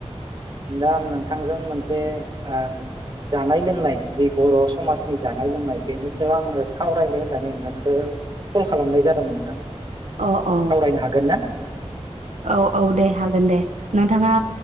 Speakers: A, on the right; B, on the right.
A: दा आं नोंथांजों मोन से ओ जानाय लोंनाय जि बर' समाजनि जानाय लोंनाय बेनि सायाव आङो सावरायनो होननानै नोंथांखौ कल खालामनाय जादोंमोन नोंथां।
B: अ अ
A: सावरायनो हागोन ना
B: औ औ दे हागोन दे। नोंथाङा